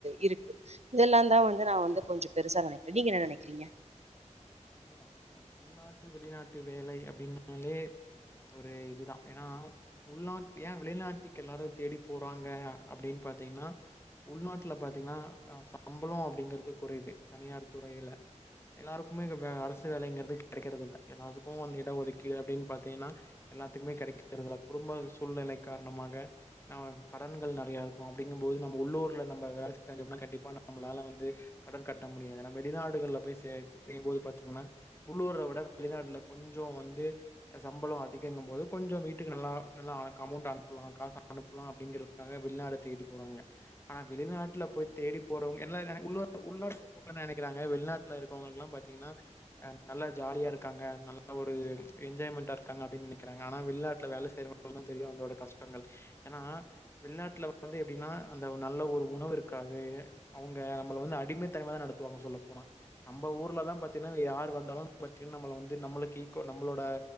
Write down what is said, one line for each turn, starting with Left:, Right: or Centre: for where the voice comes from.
Right: இருக்கு இதெல்லாதா வந் நா வந்து கொஞ்சோ பெருசா நெனைக்கிறே நீங்க என்ன நெனைக்கிறீங்க
Left: உண்ம தா சோ உள்நாட்டு வெளிநாட்டு வேலை அப்படின்னாலே ஒரு இது தா ஏனா உள்நாட்டு ஏ வெளிநாட்டுக்கு எல்லாரு தேடி போறாங்க அப்படின் பாத்தீங்கன்னா உள்நாட்டுல பாத்தீன்னா சம்ளோ அப்படிங்கறது குறைவு தனியார் துறையில எல்லாருக் குமே அரசு வேலைங்கிறது கெடைக்கறதில்ல எல்லாத்துக்கு வந்து இடஒதுக்கீடு அப்படின் பாத்தீங்கன்னா எல்லாத்துக்குமே கிடைக்கிறதில்ல குடும்ப சூழ்நிலை காரணமாக நம் கடன்கள் நெறையா இருக்கு அப்படிங்கு போது நம்ம உள்ளூர்ல நம்ம வேலை செஞ்சோம்னா கண்டிப்பா நம்மளால வந்து கடன் கட்ட முடியாது <unintelligible> வெளிநாடுகளால போய் சே செய்ம்போது பாத்தீங்கன்னா உள்ளூர்ல விட வெளிநாட்டுல கொஞ்சோ வந்து சம்பளோ அதிகங்கு போது கொஞ்சோ வீட்டுக்கு நல்லா நல்ல அமௌண்ட் அனுலா காசு அனுப்பலா அப்படிங்கறதுக்காக வெளிநாடு தேடி போறாங்க ஆனா வெளிநாட்டுல போய் தேடி போறவங்க எல்லா என்ன <inaudible> உள்நாட்டில இருக்கவங்க என்ன நெனைகிறாங்க வெளிநாட்டுல இரு க்கவங்களுக்கு எல்லா பாத்தீங்கன்னா அஹ் நல்லா ஜாலியா இருக்காங்க நல்லா ஒரு என்ஜாய்மெண்டா இருக்காங்க அப்படின் நெனைக்கிறாங்க ஆனா வெளிநாட்டுல வேல செய்யறவங்களுக்கு தா தெரியு அதோட கஷ்டங்கள் ஏனா வெளிநாட்டுல வந்து எப்படின்னா அந்த நல்ல ஒரு உணவு இருக்காது அவங்க நம்மள வந்து அடிமைத்தனமா தா நடத்துவாங்க சொல்லப்போனா நம்ம ஊர்ல தா பாத்தீனா யார் வந்தாலு <inaudible> பாத்தீனா நம்ம வந்து நம்மளுக்கு ஈக் நம்மளோட